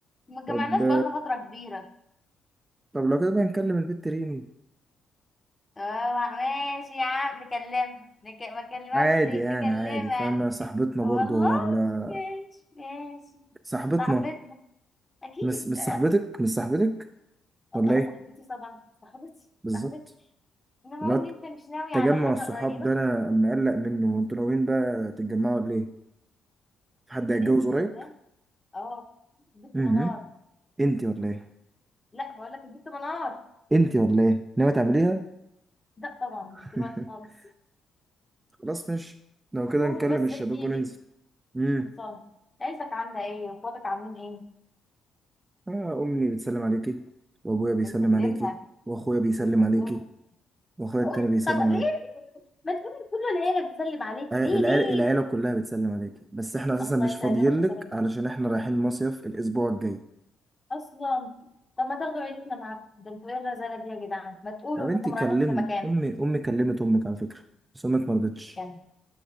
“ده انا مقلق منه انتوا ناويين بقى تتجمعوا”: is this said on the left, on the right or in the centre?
Right